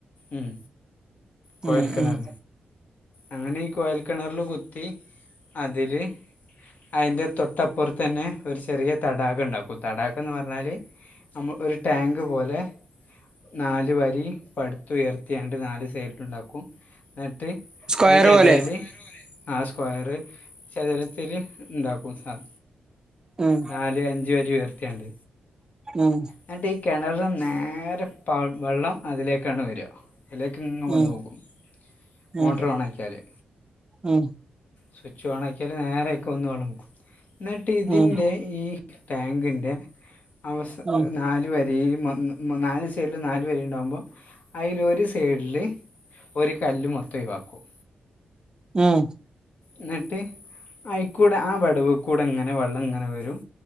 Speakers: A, on the left (about 50°); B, on the right (about 20°).
A: ഉം കോഴൽക്കിണർ
B: ഉം ഉം
A: അങ്ങനെ ഈ കോഴൽ കിണറില് കുത്തി അതില് അതിന്റെ തൊട്ടപ്പുറത്ത് തന്നെ ഒരു ചെറിയ തടാക ഉണ്ടാക്കും തടാകം എന്ന് പറഞ്ഞാൽ നമ്മൾ ഒരു ടാങ്ക് പോലെ നാല് വരി പടുത്തുയർത്തി അങ്ക്ട് നാല് സൈഡിൽ ഉണ്ടാക്കും ഇനട്ട്
B: സ്ക്വയർ
A: അതിൻ്റെ
B: പോലെ
A: ഇടയിൽ ആ സ്ക്വയർ ചതുരത്തില് ഇണ്ടാക്കും സാന
B: ഉം
A: നാല് അഞ്ച് വരി ഉയർത്തിയണ്ട്
B: ഉം
A: എന്നിട്ട് ഈ കിണറ് നേരെ വെള്ളം അതിലേക്കാണ് വരിക ഇതിലേക്ക് ഇങ് വന്ന്
B: ഉം
A: പോകും മോട്ടോർ
B: ഉം
A: ഓണാക്കിയാല്
B: ഉം
A: സ്വിച്ച് ഓൺ ആക്കിയാൽ നേരെ അതിൽക്ക് വന്ന് വെള്ളം വീഴും ഇന്നിട്ട് ഇതിൻ്റെ
B: ഉം
A: ഈ ടാങ്കിൻ്റെ അവസ
B: ഉം
A: നാല് വരെയും വന്ന് നാല് സൈഡില് നാല് പേര് ഉണ്ടാകുമ്പോൾ അതിലൊരു സൈഡില് ഒരു കല്ല് മൊത്തം ഒഴിവാക്കും
B: ഉം
A: എന്നിട്ട് ആയിക്കൂടെ ആ വിടവ് കൂടെ അങ്ങനെ വെള്ളങ്ങനെ വരും